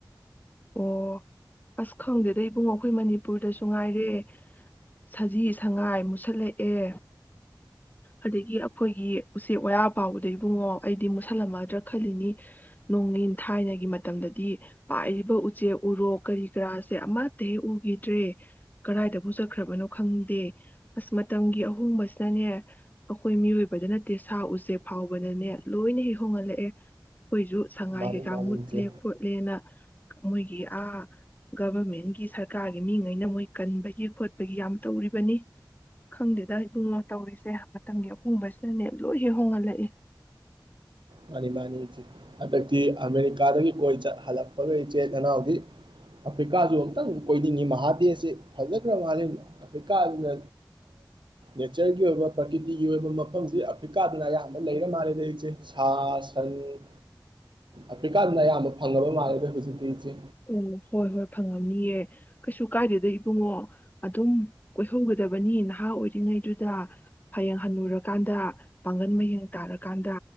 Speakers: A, on the left (about 20°); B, on the right (about 85°).
A: ꯑꯣ ꯑꯁ ꯈꯪꯗꯦꯗ ꯏꯕꯨꯡꯉꯣ ꯑꯩꯈꯣꯏ ꯃꯅꯤꯄꯨꯔꯗꯁꯨ ꯉꯥꯏꯔꯦ ꯁꯖꯤ ꯁꯉꯥꯏ ꯃꯨꯠꯁꯜꯂꯛꯑꯦ ꯑꯗꯒꯤ ꯑꯩꯈꯣꯏꯒꯤ ꯎꯆꯦꯛ ꯋꯥꯌꯥ ꯄꯥꯎꯕꯗ ꯏꯕꯨꯡꯉꯣ ꯑꯩꯗꯤ ꯃꯨꯠꯁꯜꯂꯝꯃꯗ꯭ꯔꯥ ꯈꯜꯂꯤꯅꯤ ꯅꯣꯡꯒꯤꯟ ꯊꯥꯏꯅꯒꯤ ꯃꯇꯝꯗꯗꯤ ꯄꯥꯏꯔꯤ ꯎꯆꯦꯛ ꯎꯔꯣ ꯀꯔꯤ ꯀꯔꯥꯁꯦ ꯑꯃꯠꯇ ꯍꯦꯛ ꯎꯈꯤꯗ꯭ꯔꯦ ꯀꯗꯥꯏꯗꯕꯨ ꯆꯠꯈ꯭ꯔꯕꯅꯣ ꯈꯪꯗꯦ ꯑꯁ ꯃꯇꯝꯒꯤ ꯑꯍꯣꯡꯕꯁꯤꯅꯅꯦ ꯑꯩꯈꯣꯏ ꯃꯤꯑꯣꯏꯕꯗ ꯅꯠꯇꯦ ꯁꯥ ꯎꯆꯦꯛ ꯐꯥꯎꯕꯗꯅꯦ ꯂꯣꯏꯅ ꯍꯦꯛ ꯍꯣꯡꯍꯜꯂꯛꯑꯦ ꯑꯈꯣꯏꯁꯨ ꯁꯉꯥꯏ
B: ꯃꯥꯅꯤ
A: ꯀꯩꯀꯥ
B: ꯃꯥꯅꯤ
A: ꯃꯨꯠꯂꯦ
B: ꯏꯆꯦ
A: ꯈꯣꯠꯂꯦꯅ ꯃꯣꯏꯒꯤ ꯑꯥ ꯒꯚꯔꯃꯦꯟꯒꯤ ꯁꯔꯀꯥꯔꯒꯤ ꯃꯤꯉꯩꯅ ꯃꯣꯏ ꯀꯟꯕꯒꯤ ꯈꯣꯠꯄꯒꯤ ꯌꯥꯝ ꯇꯧꯔꯤꯕꯅꯤ ꯈꯪꯗꯦꯗ ꯏꯕꯨꯡꯉꯣ ꯇꯧꯔꯤꯁꯦ ꯃꯇꯝꯒꯤ ꯑꯍꯣꯡꯕꯁꯤꯅꯅꯦ ꯂꯣꯏ ꯍꯦꯛ ꯍꯣꯡꯍꯜꯂꯛꯏ
B: ꯃꯥꯅꯤ ꯃꯥꯅꯤ ꯏꯆꯦ ꯍꯟꯗꯛꯇꯤ ꯑꯃꯦꯔꯤꯀꯥꯗꯒꯤ ꯀꯣꯏ ꯆꯠ ꯍꯜꯂꯛꯄꯒ ꯏꯆꯦ ꯅꯅꯥꯎꯗꯤ ꯑꯐ꯭ꯔꯤꯀꯥꯁꯨ ꯑꯃꯨꯛꯇꯪ ꯀꯣꯏꯅꯤꯡꯉꯤ ꯃꯍꯥꯗꯦꯁꯤ ꯐꯖꯈ꯭ꯔ ꯃꯥꯜꯂꯤ ꯑꯐ꯭ꯔꯤꯀꯥꯁꯤꯅ ꯅꯦꯆꯔꯒꯤ ꯑꯣꯏꯕ ꯄ꯭ꯔꯀꯤꯇꯤꯒꯤ ꯑꯣꯏꯕ ꯃꯐꯝꯁꯤ ꯑꯐ꯭ꯔꯤꯀꯥꯗꯅ ꯑꯌꯥꯝꯕ ꯂꯩꯔ ꯃꯥꯜꯂꯦꯗ ꯏꯆꯦ ꯊꯥꯁꯟ ꯑꯐ꯭ꯔꯤꯀꯥꯗꯅ ꯑꯌꯥꯝꯕ ꯐꯪꯉꯕ ꯃꯥꯥꯟꯂꯗꯦ ꯍꯧꯖꯤꯛꯇꯤ ꯏꯆꯦ
A: ꯑꯣ ꯍꯣꯏ ꯍꯣꯏ ꯐꯪꯉꯝꯅꯤꯌꯦ ꯀꯩꯁꯨ ꯀꯥꯏꯗꯦꯗ ꯏꯕꯨꯡꯉꯣ ꯑꯗꯨꯝ ꯀꯣꯏꯍꯧꯒꯗꯕꯅꯤ ꯅꯍꯥ ꯑꯣꯏꯔꯤꯉꯩꯗꯨꯗ ꯍꯌꯦꯡ ꯍꯜꯂꯨꯔꯀꯥꯟꯗ ꯄꯥꯡꯒꯜ ꯃꯌꯦꯡ ꯇꯥꯔꯀꯥꯟꯗ